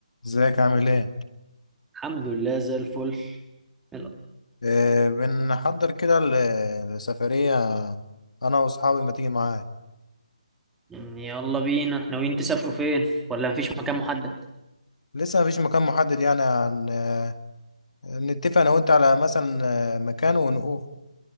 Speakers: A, on the left; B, in the centre.
A: ازيك عامل ايه؟
B: الحمد لله زي الفل يلا
A: آه بنحضر كده ل- لسفرية انا واصحابي ما تيجي معايا
B: يلا بينا ناويين تسافروا فين ولا مفيش مكان محدد
A: لسه مفيش مكان محدد يعني عن آه نتفق انا وانت على مثلا آه، مكان ونقول